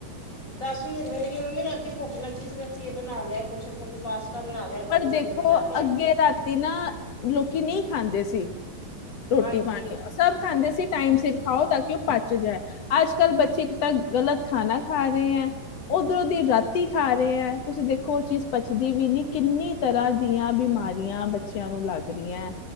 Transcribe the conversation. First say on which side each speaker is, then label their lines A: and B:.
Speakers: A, on the left (about 20°); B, on the left (about 70°).
A: ਦਸ ਵੀ ਦਿੰਦੇ ਨੇ, ਕਿ ਮੰਮੀ ਰਾਤੀ ਭੁੱਖ ਲੱਗੀ ਸੀ ਅਸੀ ਇਹ ਬਣਾ ਲਿਆ ਕੁੱਛ, ਕਦੀ ਪਾਸ ਕਰਨਾ ਲਿਆ,
B: ਪਰ
A: ਕਦੀ
B: ਦੇਖੋ
A: ਕੁਛ ਬਣਾ ਲਿਆ।
B: ਅੱਗੇ ਰਾਤੀ ਨਾ, ਲੋਕੀ ਨਹੀਂ ਖਾਂਦੇ ਸੀ, ਰੋਟੀ-ਪਾਣੀ।
A: ਹਾਂਜੀ
B: ਸਭ ਖਾਂਦੇ ਸੀ ਟਾਈਮ ਸਿਰ ਖਾਓ, ਤਾਂ ਕਿ ਓ ਪੱਚ ਜਾਏ, ਅੱਜ-ਕੱਲ ਬੱਚੇ
A: ਹਮ,
B: ਕਿ ਤਾ ਗ਼ਲਤ ਖਾਣਾ ਖਾ ਰਹੇ ਐਂ। ਉਧਰੋਂ ਦੀ ਰਾਤੀ ਖਾ ਰਹੇ ਐਂ, ਤੁਸੀਂ ਦੇਖੋ ਓ ਚੀਜ਼ ਪਚਦੀ ਵੀ ਨੀ। ਕਿੰਨੀ ਤਰ੍ਹਾਂ ਦੀਆਂ ਬਿਮਾਰੀਆਂ ਬੱਚਿਆਂ ਨੂੰ ਲੱਗ ਰੀਆਂ।